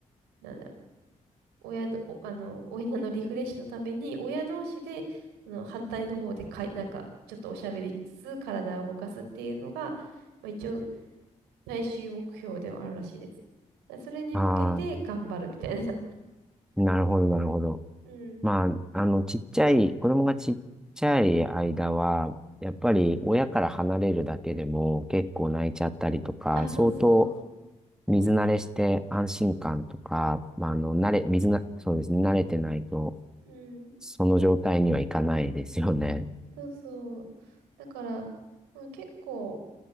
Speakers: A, on the right; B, in the centre.
A: なんだ、親ど、おあの、親のリフレッシュのために、親同士で、その反対の方でかい、なんか、ちょっとおしゃべりしつつ、体を動かすっていうのが、まあ、一応、最終目標ではあるらしいです。だそれに向けて頑張るみたいな。
B: ああ、なるほど、なるほど。
A: <laughs> うん。
B: まあ、あの、ちっちゃい、子供がちっちゃい間は、やっぱり親から離れるだけでも結構泣いちゃったりとか、
A: あ、そうそう。
B: 相当水慣れして安心感とか、まあ、あの、慣れ、水な、そうですね、慣れてないと、
A: うん。
B: その状態にはいかないですよね。
A: そうそう。だから、まあ、結構、